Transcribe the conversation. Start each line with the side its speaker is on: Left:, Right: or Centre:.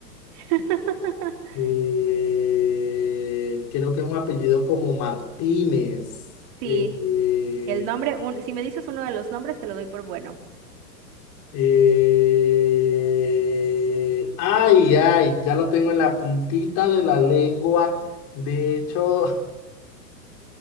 Right: <laughs>
Left: Eh, creo que es un apellido como Martínez.
Right: Sí,
Left: Eh, eh,
Right: el nombre, un- si me dices uno de los nombres, te lo doy por bueno.
Left: eh, ay, ay, ya lo tengo en la puntita de la lengua. De hecho,